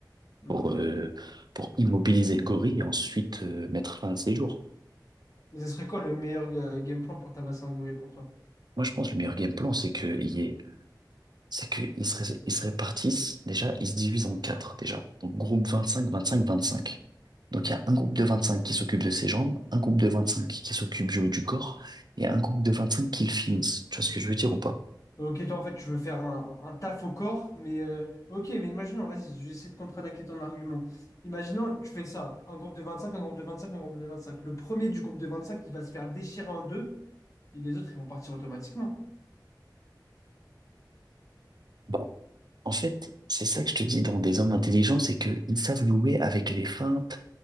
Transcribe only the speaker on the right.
pour, euh, pour immobiliser le gorille et ensuite euh, mettre fin à ses jours.
Moi, je pense que le meilleur game plan, c'est qu'il y ait c'est qu'ils se, ré- ils se répartissent, déjà, ils se divisent en quatre, déjà. Donc, groupe vingt-cinq vingt-cinq vingt-cinq Donc, il y a un groupe de 25 qui s'occupe de ses jambes, un groupe de 25 qui s'occupe du haut du corps, et un groupe de 25 qui le finissent. Tu vois ce que je veux dire ou pas?
Bah, en fait, c'est ça que je te dis dans des hommes intelligents, c'est qu'ils savent jouer avec les feintes